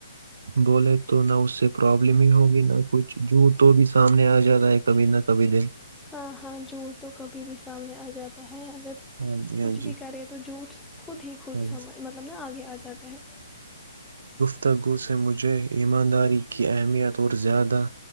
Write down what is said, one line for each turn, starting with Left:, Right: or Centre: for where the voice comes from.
Right: بولے تو نہ اس سے پرابلم ہی ہوگی نہ کچھ جو تو بھی سامنے آ جاتا ہے کبھی نہ کبھی دن
Centre: ہاں ہاں جور تو کبھی بھی سامنے آ جاتا ہے اگر
Right: ہاں جی
Centre: کچھ
Right: ہاں جی
Centre: بھی کرے تو جھوٹ خود ہی خود
Right: ہاں
Centre: سم
Right: جی
Centre: مطلب نا آگے آ جاتا ہے
Right: گفتگوں سے مجھے ایمانداری کی اہمیت اور زیادہ